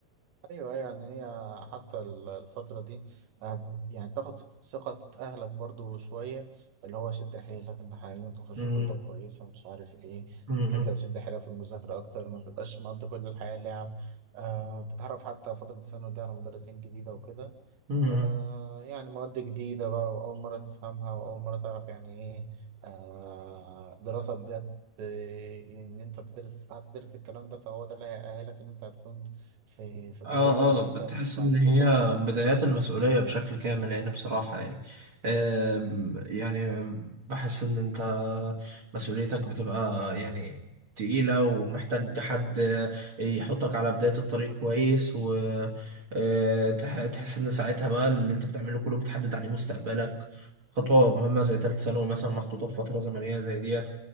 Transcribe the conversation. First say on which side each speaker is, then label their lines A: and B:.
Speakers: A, on the right (about 75°); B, on the right (about 40°).
A: ايوه أيوة، يعني هي حتى ال- الفترة دي آه، يعني تاخد ثقة اهلك برضو شوية اللي هو شد حيلك انت عايزين تخش
B: مم.
A: كلية كويسة مش عارف ايه
B: مم.
A: بتبدأ تشد حيلك في المذاكرة اكتر ما تبقاش مقضي كل الحياة لعب آه بتتعرف حتى فترة الثانوي ده على مدرسين جديدة وكده
B: مم.
A: آه يعني مواد جديدة بقى وأول مرة تفهمها وأول مرة تعرف يعني إيه آه دراسة بجد آه، إن أنت تدرس هتدرس الكلام ده فهو ده اللي هيأهلك إن أنت هتكون في في
B: اه
A: كلية كويسة
B: اه بتحس
A: في- بعد
B: ان هي
A: كده
B: بدايات المسؤولية بشكل كامل يعني بصراحة يعني آم، يعني بحس ان انت مسؤوليتك بتبقى يعني تقيلة ومحتاج حد يحطك على بداية الطريق كويس وتحس ان ساعتها بقى اللي انت بتعمله كله بتحدد عليه مستقبلك خطوة مهمة زي تالت ثانوي مثلا محطوطة في فترة زمنية زي ديت